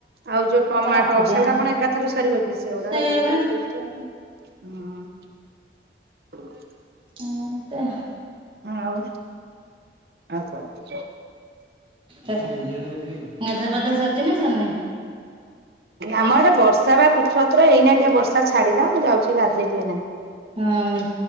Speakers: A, on the right; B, on the right.
A: ଆଉ ଯୋଉ ଟମାଟୋ
B: ରଖିଦିଅ
A: ସେଗୁଡା
B: ଆମର
A: କଣ ଏକାଥରେ ସରିବ କି, ସେଗୁଡା
B: ସେଇଆ
A: ରଖିଦେଇଥବ
B: ବା
A: ଫ୍ରିଜରେ ଆଉ? ଉଁ।
B: କଣ କହ?
A: ଆଉ ଆଉ କଣ କହୁଚ?
B: ଗାଧା ପାଧା ସରିଚି ନା ସରିନି?
A: ଆମ ଆଡେ ବର୍ଷା ବା କୁଛତ୍ର ଏଇନା ଟିକେ ବର୍ଷା ଛାଡିଲା। ମୁଁ ଯାଉଛି ଗାଧେଇବି ଏଇନା।
B: ହଁ,